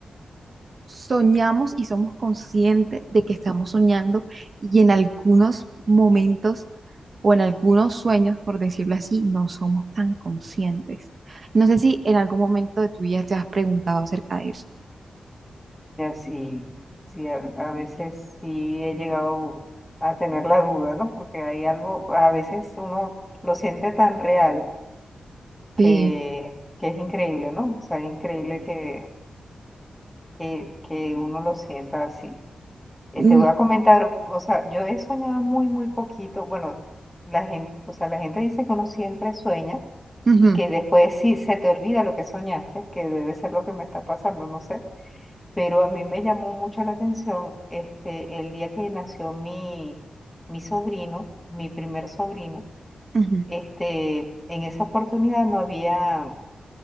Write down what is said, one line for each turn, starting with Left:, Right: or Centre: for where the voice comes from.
Right: soñamos y somos conscientes de que estamos soñando y en algunos momentos o en algunos sueños, por decirlo así, no somos tan conscientes. No sé si en algún momento de tu vida te has preguntado acerca de eso.
Centre: Ya sí, sí, a, a veces sí he llegado a tener la duda, ¿no? Porque hay algo, a veces uno lo siente tan real que,
Right: Sí,
Centre: que es increíble, ¿no? O sea, es increíble que, que, que uno lo sienta así. Eh,
Right: Mm,
Centre: te voy a comentar, o sea, yo he soñado muy, muy poquito. Bueno, la gente, o sea, la gente dice que uno siempre sueña
Right: ujú,
Centre: y que después sí se te olvida lo que soñaste, que debe ser lo que me está pasando, no sé. Pero a mí me llamó mucho la atención este, el día que nació mi, mi sobrino, mi primer sobrino.
Right: ujú,
Centre: Este, en esa oportunidad no había